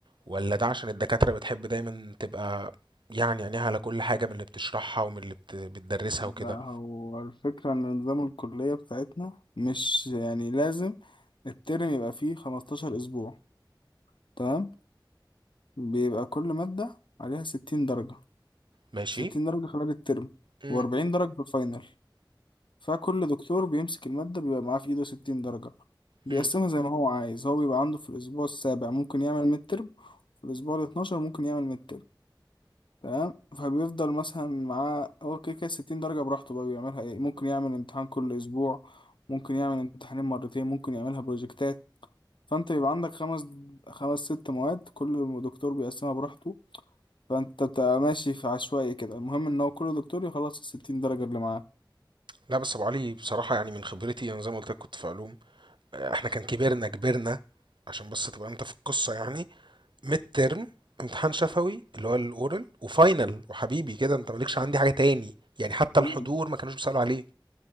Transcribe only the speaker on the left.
لا
هو الفكرة ان نظام الكلية بتاعتنا مش يعني لازم الترم يبقى فيه 15 اسبوع تمام بيبقى كل مادة عليها 60 درجة
60 درجة خلال الترم
و40 درجة في الفاينل فكل دكتور بيمسك المادة بيبقى معاه في إيده ستين درجة بيقسمها
زي ما هو عايز هو بيبقى عنده في الأسبوع السابع ممكن يعمل ميد ترم في الأسبوع الاتناشر ممكن يعمل ميد ترم تمام فبيفضل مثلا معاه هو كده كده ستين درجة براحته بقى بيعملها إيه ممكن يعمل امتحان كل أسبوع ممكن يعمل امتحانين مرتين ممكن يعملها بروجكتات فأنت بيبقى عندك خمس خمس ست مواد كل دكتور بيقسمها براحته فأنت بتبقى ماشي في عشوائي كده المهم إن هو كل دكتور يخلص الستين درجة اللي معاه
مم.